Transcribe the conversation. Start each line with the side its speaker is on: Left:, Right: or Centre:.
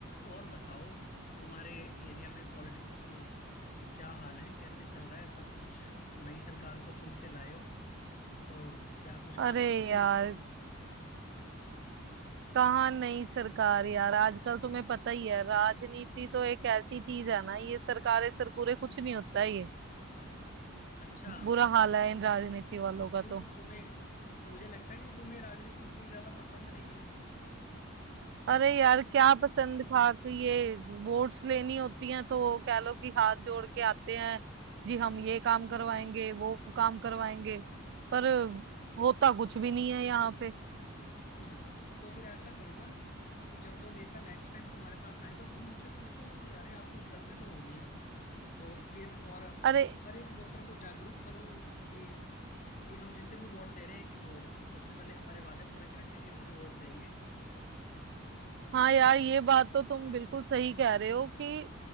Left: और बताओ तुम्हारे एरिया में पॉलिटिक्स के क्या हाल है कैसे चल रहा है सब कुछ नई सरकार को चुन के लाए हो तो क्या कुछ काम
Right: अरे
Left: भी
Right: यार
Left: देखते नहीं
Right: कहाँ नई सरकार यार आजकल तुम्हें पता ही है राजनीति तो एक ऐसी चीज है ना ये सरकारें सरकूरे कुछ नहीं होता है, ये
Left: अच्छा
Right: बुरा हाल है इन राजनीति वालों का
Left: क्यों
Right: तो
Left: तुम्हें मुझे लगता है कि तुम्हें राजनीति इतनी ज्यादा पसंद नहीं है
Right: अरे यार क्या पसंद खा के ये वोट्स लेनी होती हैं तो कह लो कि हाथ जोड़ के आते हैं जी हम ये काम करवाएंगे वो काम करवाएंगे पर होता कुछ भी नहीं है यहाँ पे
Left: हम्म, तो फिर ऐसा करो ना कि जब वो नेता नेक्स्ट टाइम तुम्हारे पास आए तो तुम उनसे पूछो कि अरे आप कुछ करते तो हो नहीं तो फिर और
Right: अरे
Left: हर एक वोटर को जागरूक करो कि कि हम जिसे भी वोट दे रहे हैं कि वो सबसे पहले हमारे वादे पूरे करें फिर ही हम उन्हें वोट देंगे
Right: हाँ यार ये बात तो तुम बिल्कुल सही कह रहे हो कि